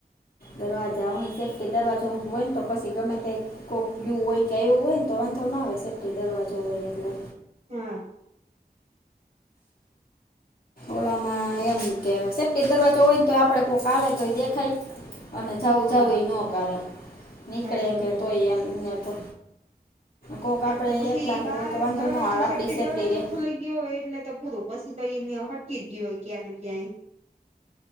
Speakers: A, on the left; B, on the right.
A: દરવાજા હો છે. કે દરવાજો હુંક હોયને તો પછી એ ગમે તે કોકયું હોય કે આવવું હોયને તો વાંધો ના આવે સેફ્ટી દરવાજો હોય એટલે
B: હા.
A: ઓલામાં એમ કે સેફ્ટી દરવાજો હોય, ને તો આપણે કોઈક આવે તોય દેખાય અને જવું-જવું
B: હા
A: એ નો કરે નીકળે
B: જાવ જાવ
A: કે તોય એમ ને તો કોઈક આપણે
B: આમ તો પછી
A: એકલા
B: બાર
A: હોય તો વાંધો
B: દરવાજો
A: ન આવે આપણી સેફ્ટી
B: દરવાજો
A: રેય.
B: ખુલી ગયો હોય એટલે તો પૂરું પછી તો એને હટી ગયો હોય ક્યાં ને ક્યાંય.